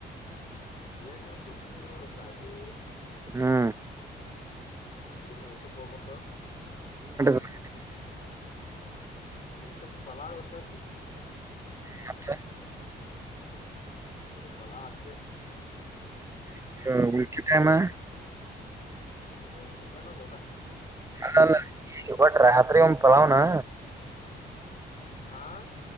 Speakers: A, on the left; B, on the right.
A: ಏನ್ ನೀ ಕೂತಿದ್ದಿ ನೋಡು ಕಾಲಿ.
B: ಹಾ.
A: ಇನ್ ಊಟಕ್ ಹೋಗ್ಬೇಕು.
B: <inaudible>
A: ಊಟಕ್ ಪಲಾವ್ ಇರ್ತೈತಿ.
B: ಮತ್ತೆ.
A: ಬರೆ ಪಲಾವ್ ಅಷ್ಟೇ.
B: <unintelligible>
A: ಏ ಚಿಕನ್ ಅದೆಲ್ಲ.
B: ಅಲ್ಲ ಅಲ್ಲ ಈಗ ಹೊರಟರ್ ರಾತ್ರಿ ಏನ್ ಪಲಾವ್ ನಾ.
A: ಆ.